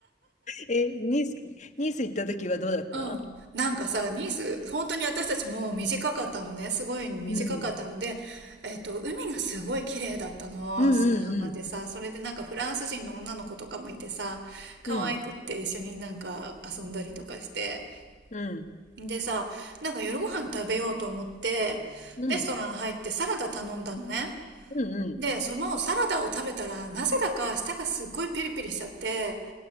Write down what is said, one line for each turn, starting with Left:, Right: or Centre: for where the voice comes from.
Left: え、ニース、ニース行った時はどうだった
Right: うん。なんかさ、ニース、本当に私たちも短かったのね。すごい短かったので、
Left: うん。
Right: えっと、海がすごい綺麗だったの。
Left: うんうん
Right: 砂浜でさ、それでなんかフランス人の女の子とかもいてさ、可愛くって一緒になんか遊んだりとかして。
Left: うん。うん。うん。
Right: でさ、なんか夜ご飯食べようと思って、
Left: うん。
Right: レストラン入ってサラダ頼んだのね。
Left: うんうん。
Right: で、そのサラダを食べたら、なぜだか舌がすっごいピリピリしちゃって、